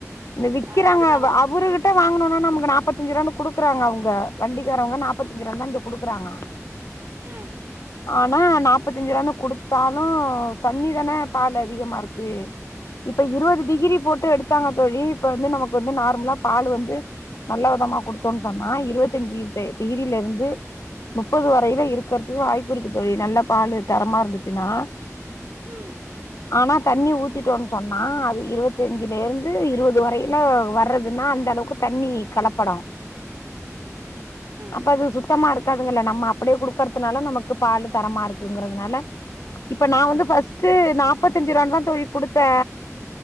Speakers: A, on the left; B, on the right.
A: இந்த விக்கிறாங்க
B: ஆ அதனால
A: அவரு கிட் கிட்ட வாங்கணோம்னா நமக்கு நாப்பத்தஞ்சு ரூவானு குடுறாங்க அவுங்க வண்டிக்காரவுங்க நாப்பத்தஞ்சு ரூவானு தான் இங்க குடுக்குறாங்க
B: ம்
A: ஆனா நாப்பத்தஞ்சு ரூவானு குடுத்தாலு தண்ணி தானே பால்ல அதிகமா இருக்கு இப்ப இருவது டிகிரி போட்டு எடுத்தாங்க தோழி இப்ப வந்து நமக்கு வந்து நார்மலா பாலு வந்து நல்ல விதமா குடுத்தோன் சொன்னா இருவத்தஞ்சி தே டிகிரிலருந்து முப்பது வரையில இருக்கிறதுக்கு வாய்ப்பு இருக்கு தோழி நல்ல பாலு தரமா இருந்துச்சுன்னா
B: ம்
A: ஆனா தண்ணி ஊத்திட்டோன் சொன்னா அது இருவத்தஞ்சிலேருந்து இருவது வரையிலு வர்றதுன்னா அந்தளவு க்கு தண்ணி கலப்படோ
B: ம்
A: அப்ப அது சுத்தமா இருக்காதுங்கல்ல நம்ம அப்டியே குடுக்கறதுனால நமக்கு பாலு தரமா இருக்குங்கிறதுனால இப்ப நா வந்து ஃபஸ்ட்டு நாப்பத்தஞ்சுருவான் தா தோழி குடுத்தே